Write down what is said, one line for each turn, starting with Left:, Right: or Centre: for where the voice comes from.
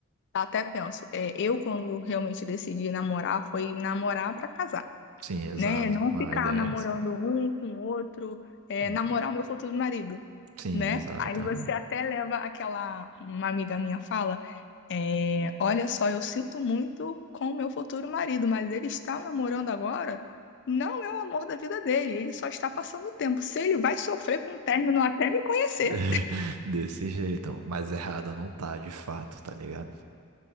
Left: Até penso, é, eu quando realmente decidi namorar foi namorar pra casar,
Right: Sim, exato.
Left: né? Não
Right: Uma
Left: ficar
Right: ideia
Left: namorando
Right: é essa.
Left: um com o outro, é,
Right: Uhum.
Left: namorar o meu futuro marido,
Right: Sim,
Left: né?
Right: exato.
Left: Aí você
Right: aham.
Left: até leva aquela, uma amiga minha fala, é, olha só, eu sinto muito com o meu futuro marido, mas ele está namorando agora, não é o amor da vida dele, ele só está passando o tempo. Se ele vai sofrer com o término até me conhecer.
Right: <laughs> Desse jeito, mas errada não tá, de fato, tá ligado?